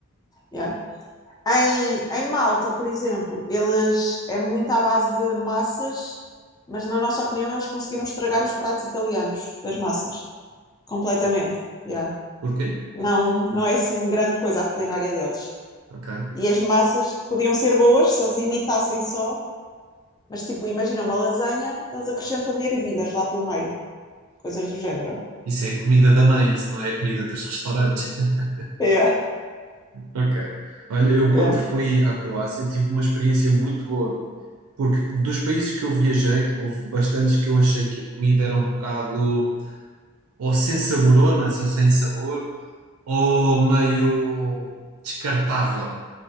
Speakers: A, on the left (about 20°); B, on the right (about 85°).
A: yeah. Em, em Malta, por exemplo, eles é muito à base de massas, mas na nossa opinião eles conseguiram estragar os pratos italianos das massas, completamente. Yeah.
B: Porquê?
A: não, não é assim grande coisa a culinária deles.
B: Ok.
A: E as massas podiam ser boas se eles imitassem só, mas tipo, imagina uma lasanha, eles acrescentam ervilhas lá pelo meio, coisas do género.
B: Isso é a comida da mãe, isso não é a comida dos restaurantes. <laughs>
A: Yeah,
B: Ok. Olha, eu
A: yeah,
B: quando fui à Croácia tive uma experiência muito boa. Porque dos países que eu viajei, houve bastantes que eu achei que a comida era um bocado ou sem saborona, assim sem sabor, ou meio descartável.